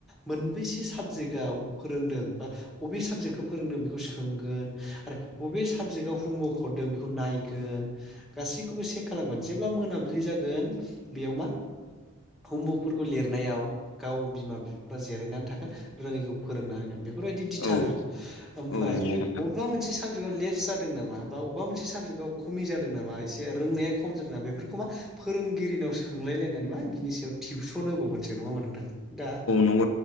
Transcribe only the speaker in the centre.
मोनबैसे साबजेक्टव फोरोंदों बा बबे साबजेक्टखौ फोरोंदों बेखौ सोंगोन आरो बबे साबजेक्टआव हमवर्क हरदों बेखौ नायगोन गासैखौबो सेक खालामगोन जेब्ला मोनाबिलि जागोन बेयाव मा हमवर्कफोरखौ लिरनायाव गाव बिमा बिफाफ्रा जिरायनानै थाखाय रोङैखौ फोरोंना होगोन बेफोरबायदि दिथा
होयो ओमफ्राय
बबेबा मोनसे साबजेक्टआव लेप्स जादों नामा बा बबेबा मोनसे साबजेक्टआव खमि जादों नामा एसे रोंनाया खम जादों नामा बेफोरखौ मा फोरोंगिरिनाव सोंलायलायनानै मा बिनि सायाव टिउसन होबावगोनसो नङा मा नोंथां दा